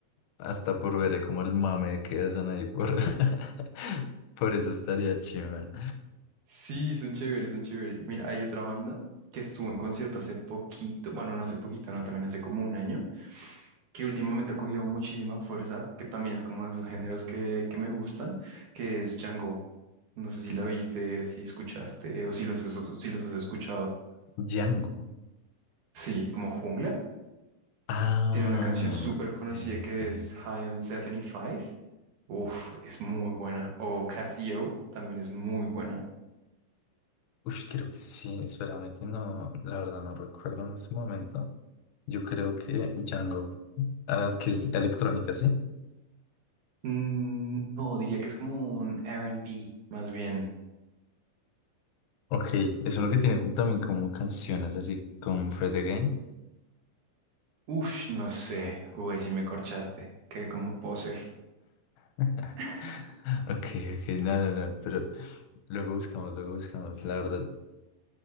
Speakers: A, on the left (about 80°); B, on the right (about 65°).
A: hasta por ver como el mame que hacen ahí por, <laughs> por eso estaría chima.
B: Sí, son chéveres, son chéveres. Y mira, hay otra banda que estuvo en concierto hace poquito, bueno, no hace poquito, no, también hace como un año, que últimamente ha cogido muchísima fuerza, que también es como de esos géneros que, que me gustan, que es Django. No sé si la viste, si escuchaste o si los has, si los has escuchado.
A: Django.
B: Sí, como Jungla.
A: Ah,
B: Tiene una canción súper
A: ok,
B: conocida que
A: ok.
B: es High on 75. Uf, es muy buena. O Casio también es muy buena.
A: Uy, creo que sí. Espérame que no, la verdad no recuerdo en este momento. Yo creo que Django. Ah, que es electrónica, ¿sí?
B: Mm, No, diría que es como un R and R&B, más bien.
A: Ok, es uno que tiene como, también como canciones así con Fred Again.
B: Ush, no sé. Uy, si me corchaste. Quedé como un poser.
A: <laughs>
B: <laughs>
A: Ok, ok, no, no, no, pero luego buscamos, luego buscamos. La verdad,